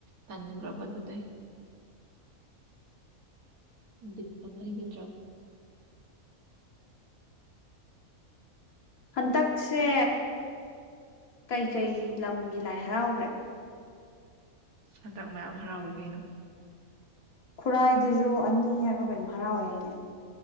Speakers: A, on the right (about 75°); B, on the left (about 75°).
A: ꯇꯟꯈ꯭ꯔꯕꯗꯨꯗꯩ ꯕꯤ ꯂꯩꯒꯗ꯭ꯔ
B: ꯍꯟꯇꯛꯁꯦ ꯀꯩꯀꯩ ꯂꯝꯒꯤ ꯂꯥꯏ ꯍꯔꯥꯎꯈ꯭ꯔꯦ
A: ꯁꯟꯗꯛ ꯃꯌꯥꯝ ꯍꯔꯥꯎꯋ ꯀꯩꯅꯣ
B: ꯈꯨꯔꯥꯏꯗꯨꯁꯨ ꯑꯅꯤ ꯍꯥꯏꯕ꯭ꯔꯥ ꯀꯩꯅꯝ ꯍꯔꯥꯎꯋꯦ ꯑꯩꯅꯦ